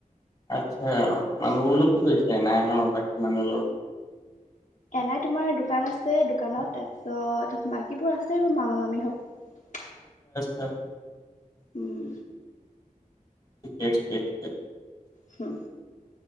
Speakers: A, on the left; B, on the left.
A: আচ্ছা মানুহ বোৰ নো কি কৰিছে এনাই হত বাকী মানুহ বোৰ
B: এ নাই তোমাৰ দোকান আছে দোকানত তাৰপিছত বাকী। বাকীবোৰৰ আছে আৰু মামা মামিহঁত।
A: অ।
B: উম।
A: ঠিকেই ঠিকে ঠিকে।
B: হুম।